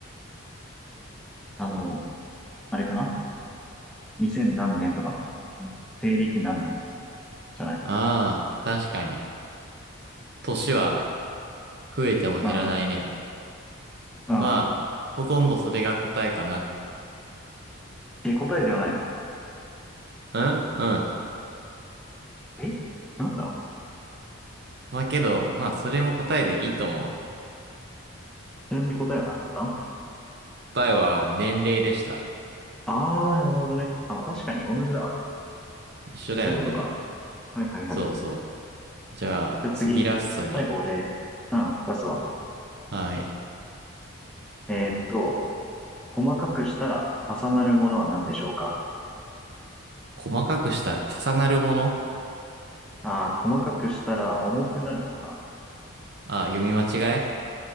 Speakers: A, in the centre; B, on the right.
A: あの、あれかな ?2000 何年とかの。うん西暦何年じゃない。
B: ああ、確かに。年は増えても減らないね。
A: うん。うん。
B: まあ、ほとんどそれが答えかな。
A: え、答えではないの
B: うんうん。
A: えなんだ
B: まあけど、まあそれも答えでいいと思う。
A: ちなみに答えは何だった
B: 答えは年齢でした。
A: ああー、なるほどね。あ、まあ、確かに同じだわ。
B: 一緒だよね。
A: そういうことか。はいはいはい。
B: そうそう。じゃあ、
A: じゃあ次、
B: 次ラストに。
A: 最後俺、うん、出すわ。
B: はい。
A: えーっと、細かくしたら重なるものは何でしょうか
B: 細かくしたら重なるもの
A: ああー、細かくしたら重くなるものかな。
B: あ読み間違え